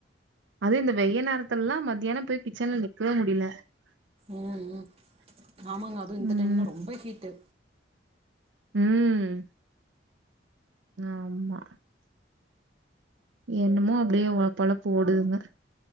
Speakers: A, on the right; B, on the right.
A: அது இந்த வெய்ய நேரத்துல மதியான போய் கிச்சன்ல நிக்கவே முடில
B: ம் ம் ஆமாங்க அதுவு இந்த
A: ம்
B: டைம்னா ரொம்ப ஹீட்டு
A: ம் ஆமா என்னமோ அப்டியே ஒழப் பொழப்பு ஓடுதுங்க